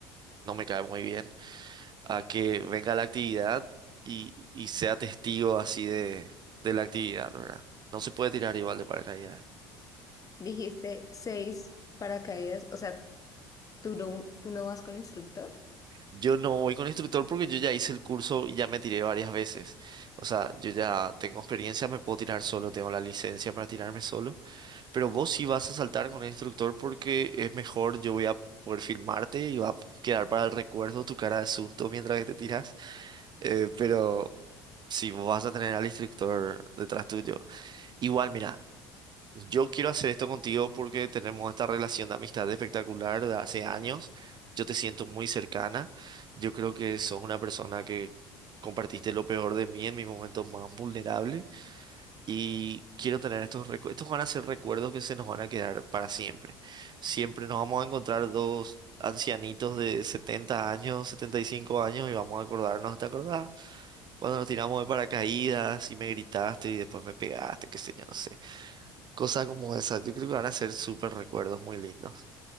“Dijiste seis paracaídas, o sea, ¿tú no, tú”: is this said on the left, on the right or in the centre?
Left